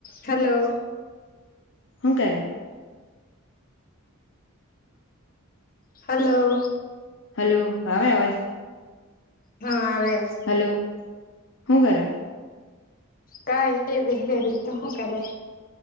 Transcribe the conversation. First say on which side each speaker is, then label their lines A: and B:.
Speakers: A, on the left; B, on the left.
A: Hello
B: હ કરે
A: hello
B: hello આવે અવાજ
A: હા આવેવે
B: હલો હું કર
A: કં એ બ રતો હ કરે